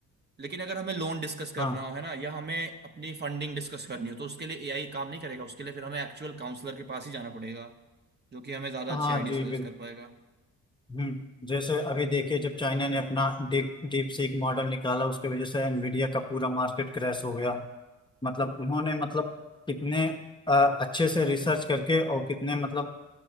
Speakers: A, on the right; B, on the left.
A: लेकिन अगर हमें लोन डिस्कस करना
B: हाँ
A: हो है ना या हमें अपनी फंडिंग डिस्कस करनी हो तो उसके लिए एआई काम नहीं करेगा उसके लिए फिर हमें एक्चुअल काउंसलर के पास ही जाना पड़ेगा जो कि हमें ज्यादा
B: हाँ
A: अच्छे आइडिया
B: जी
A: सजेस्ट
B: बिल्कुल
A: कर पाएगा
B: हम्म, जैसे अभी देखिए जब चाइना ने अपना डीप डीप सीक मॉडल निकाला उसके वजह से एनवीडिया का पूरा मार्केट क्रैश हो गया मतलब इन्होंने मतलब कितने अ, अच्छे से रिसर्च करके और कितने मतलब